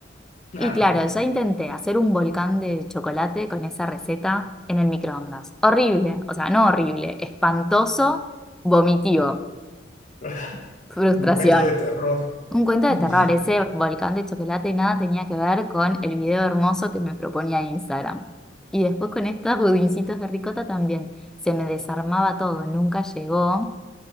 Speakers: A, on the left (about 45°); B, in the centre.
A: claro.
B: Y claro, yo intenté hacer un volcán de chocolate con esa receta en el microondas. Horrible, o sea, no horrible, espantoso, vomitivo,
A: <laughs>
B: frustración.
A: Un cuento de terror.
B: Un cuento
A: Un-
B: de terror, ese volcán de chocolate nada tenía que ver con el video hermoso que me proponía Instagram. Y después con estos budincitos de ricota también. Se me desarmaba todo, nunca llegó